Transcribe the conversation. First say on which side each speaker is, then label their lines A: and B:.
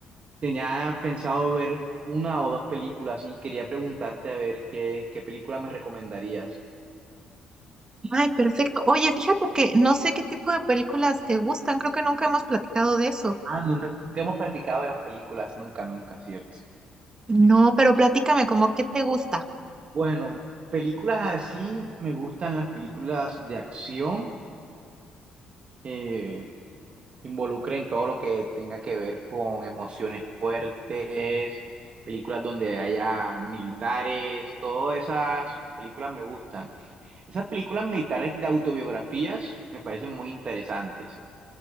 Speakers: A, on the right; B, on the right.
A: tenía pensado ver una o dos películas y quería preguntarte a ver qué, qué película me recomendarías.
B: Ay, perfecto. Oye, fíjate que no sé qué tipo de películas te gustan. Creo que nunca hemos platicado de eso.
A: Ah, nunca hemos practicado de las películas, nunca, nunca, ¿cierto?
B: No, pero platícame, ¿cómo qué te gusta?
A: Bueno, películas así me gustan las películas de acción. Eh, involucre todo lo que tenga que ver con emociones fuertes, películas donde haya militares, todas esas películas me gustan. Esas películas militares de autobiografías me parecen muy interesantes.